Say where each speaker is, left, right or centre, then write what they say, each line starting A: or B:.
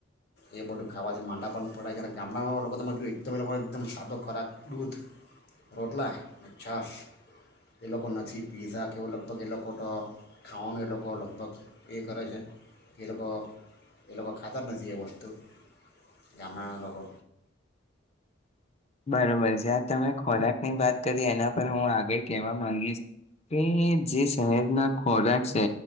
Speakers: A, on the left; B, on the left.
A: એ બધું ખાવાથી માંદા પણ પડાય છે અને ગામડામાં લોકો તમે જોવુઓ એકદમ એ લોકોને એકદમ સાદો ખોરાક દૂધ રોટલા અને છાસ એ લોકો નથી પીતા કેવું લગભગ એ લોકો તો ખાવાનું એ લોકો લગભગ એ કરે છે એ લોકો એ લોકો ખાતા જ નથી એ વસ્તુ ગામડાના લોકો
B: બરોબર જ્યાં તમે ખોરાકની વાત કરી એના પર હું આગળ કેહેવા માંગીશ કે જે શહેરના ખોરાક છે